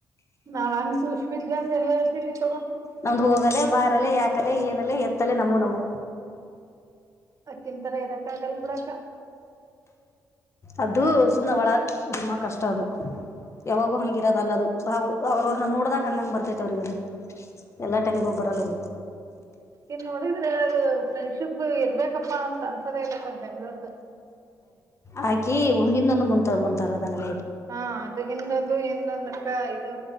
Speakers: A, on the right; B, on the left.
A: ನಾವ್ ಹಂಗ ಸೂಶ್ಮಿತ ಅಂದ್ರ ಎಲ್ಲ ಹತಿದಿ ತಗ
B: ನಮ್ದ್ ಹೋಗಲೆೇ ಬಾರಲೆ ಯಾಕಲೆ ಏನಲ್ಲ ಎತ್ತಲೆ ನಮ ನವು
A: ಕ್ಕಿಂತರ ಇರಕ್ ಆಗಲ್ ಬಿಡಕ
B: ಅದು ಸುಂದ ಒಳ ನಿಮ್ಮಾ ಕಷ್ಟ ಅದು ಯಾವಾಗೂ ಹಂಗಿರೋದ ಅಲ್ಲ ಅದು ಅವ್ರವ್ರನ್ನ ನೋಡ್ದಾಗ ಹಂಗಂಗ ಬರ್ತೈತಿ ಅವ್ರಗ ಎಲ್ಲಾ ಟೈಮ್ಗ ಒಬ್ಬರ ಅಳಗ
A: ಇನ್ ನೋಡಿದ್ರೆ ಅದು ಫ್ರೆಂಡ್ಶಿಪ್ ಇರ್ಬೇಕಪ್ಪಾ ಅಂತ ಅ ಸದೇಲ್ಲ ಸರ್ ಬೆಂಗ್ಗಳೂರುದ
B: ಹಾಕಿ ಹನ್ನೊಂದು ಮುಂ ಮುಂತರೋದಲ್ಲ
A: ಹಾ ಅದು ಹಿಂದೊಂದು ಹಿಂದೊಂದಕ್ಕ ಇದು